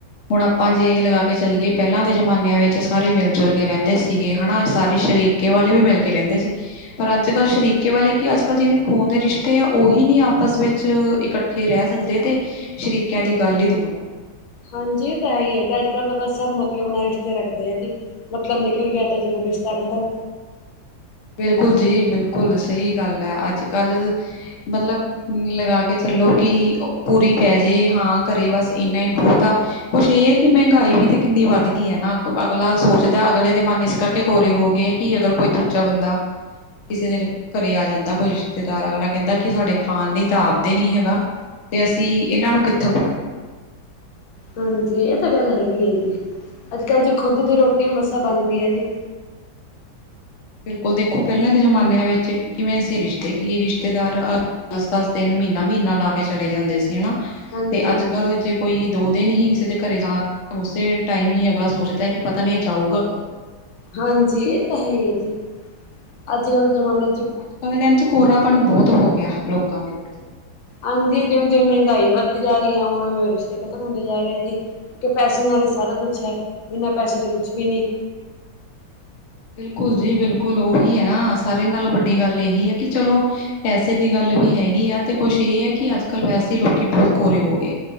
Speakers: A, on the left; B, on the left.
A: ਹੁਣ ਆਪਾਂ ਜੇ ਇ ਲਗਾ ਕੇ ਚੱਲਿਏ, ਪਹਿਲਾਂ ਦੇ ਜ਼ਮਾਨਿਆਂ ਵਿੱਚ ਸਾਰੇ ਮਿਲ ਜੁਲ ਕੇ ਰਹਿੰਦੇ ਸੀਗੇ ਹਨਾ ਸਾਰੇ ਸ਼ਰੀਕ ਕੇ ਵਾਲੇ ਵੀ ਮਿਲ ਕੇ ਰਹਿੰਦੇ ਸੀ ਪਰ ਅੱਜ ਕੱਲ੍ਹ ਸ਼ਰੀਕੇ ਵਾਲੇ ਕੀ ਅੱਜ ਕੱਲ ਜਿਹਨੇ ਖੂਨ ਦੇ ਰਿਸ਼ਤੇ ਆ ਉਹੀ ਨੀ ਆਪਸ ਵਿੱਚ ਇਕੱਠ ਠੇ ਰਹਿ ਸਕਦੇ ਤੇ, ਸ਼ਰੀਕਿਆਂ ਦੀ ਗੱਲ ਈ ਦੂਰ ਆ
B: ਹਾਂਜੀ, ਏ ਤਾ ਹੈ ਈ ਏ ਤੇ ਅੱਜ ਕੱਲ੍ਹ ਤਾਂ ਬਸ ਸਭ ਮਤਲਬ ਨਾ ਰਿਸ਼ਤੇ ਰੱਖਦੇ ਆ ਜੀ ਮਤਲਬ ਨਿਕਲ ਗਿਆ ਤਾਂ ਜਦੋਂ ਰਿਸ਼ਤਾ ਖ਼ਤਮ
A: ਬਿਲਕੁਲ ਜੀ ਬਿਲਕੁਲ ਸਹੀ ਗੱਲ ਏ, ਅੱਜ ਕੱਲ ਮਤਲਬ ਲਗਾ ਕੇ ਚੱਲੋ ਕਿ, ਪੂਰੀ ਪੈ ਜੇ ਹਾਂ ਘਰੇ ਬਸ ਇੰਨਾ ਹੀ ਬਹੋਤ ਆ ਕੁੱਛ ਇਹ ਏ ਕਿ ਮਹਿੰਗਾਈ ਵੀ ਤੇ ਕਿੰਨੀ ਵੱਧ ਗਈ ਐ ਨਾ ਅਗਲਾ ਸੋਚਦਾ ਅਗਲੇ ਦੇ ਮਨ ਕਰਕੇ ਕੋਰੇ ਹੋ ਗਏ ਕਿ ਅਗਰ ਕੋਈ ਦੂਜਾ ਬੰਦਾ ਕਿਸੇ ਦੇ ਘਰੇ ਆ ਜਾਂਦਾ ਕੋਈ ਰਿਸ਼ਤੇਦਾਰ, ਅਗਲਾ ਕਹਿੰਦਾ ਕਿ ਸਾਡੇ ਖਾਣ ਲਈ ਤਾਂ ਆਪਦੇ ਨੀ ਹੈਗਾ ਤੇ ਅਸੀ ਇਨਾਂ ਨੂੰ ਕਿੱਥੋਂ
B: ਹਾਂਜੀ, ਇਹ ਤਾਂ ਗੱਲ ਹੈਗੀ ਏ, ਜੀ ਅੱਜ ਕੱਲ ਜੀ ਖੁਦ ਦੀ ਰੋਟੀ ਮਸਾਂ ਬਣਦੀ ਏ ਜੀ
A: ਬਿਲਕੁਲ, ਦੇਖੋ ਪਹਿਲਾਂ ਦੇ ਜ਼ਮਾਨਿਆਂ ਵਿੱਚ ਕਿਵੇਂ ਸੀ ਰਿਸ਼ਤੇ ਕੀ ਇਹ ਰਿਸ਼ਤੇਦਾਰ ਦਸ ਦਸ ਤਿੰਨ ਮਹੀਨਾ-ਮਹੀਨਾ ਲਾ ਕੇ ਚਲੇ ਜਾਂਦੇ ਸੀ ਨਾ,
B: ਹਾਂਜੀ-ਹਾਂਜੀ।
A: ਤੇ ਅੱਜ ਕੱਲ ਜੇ ਕੋਈ ਦੋ ਦਿਨ ਹੀ ਕਿਸੇ ਦੇ ਘਰੇ ਜਾ ਉਸੇ ਟਾਈਮ ਹੀ ਅਗਲਾ ਸੋਚਦਾ ਕਿ ਪਤਾ ਨਹੀਂ ਏ ਜਾਊਗਾ ਕਦੋਂ
B: ਹਾਂਜੀ, ਇਹ ਤਾਂ ਹੈ ਏ ਜੀ ਅੱਜ-ਕੱਲ ਦੇ ਜਮਾਨੇ
A: ਹੁਣ ਅੱਜ ਕੱਲ੍ਹ ਦੇ ਟਾਈਮ ਚ ਕੋਰਾਪਣ ਬਹੁਤ ਹੋ ਗਿਆ ਲੋਕਾਂ ਦੇ ਵਿੱਚ
B: ਹਾਂਜੀ, ਜਿਵੇਂ-ਜਿਵੇਂ ਮਹਿੰਗਾਈ ਵੱਧਦੀ ਜਾ ਰਹੀ ਏ, ਓਵੇਂ ਓਵੈ ਰਿਸ਼ਤੇ ਖ਼ਤਮ ਹੁੰਦੇ ਜਾ ਰੇ ਜੀ ਕਿ ਪੈਸੇ ਨਾਲ ਹੀ ਸਾਰਾ ਕੁਛ ਹੈ, ਬਿਨਾਂ ਪੈਸੇ ਤਾਂ ਕੁਛ ਵੀ ਨੀ
A: ਬਿਲਕੁਲ ਜੀ, ਬਿਲਕੁਲ ਓਹੀ ਹੈ ਨਾ ਸਾਰਿਆਂ ਨਾਲੋਂ ਵੱਡੀ ਗੱਲ ਇਹੀ ਹੈ ਕਿ ਚਲੋ ਪੈਸੇ ਦੀ ਗੱਲ ਵੀ ਹੈਗੀ ਆ, ਤੇ ਕੁੱਛ ਇਹ ਹੈ ਕਿ ਅੱਜ ਕੱਲ ਵੈਸੇ ਲੋਕੀ ਬਹੁਤ ਕੋਰੇ ਹੋ ਗਏ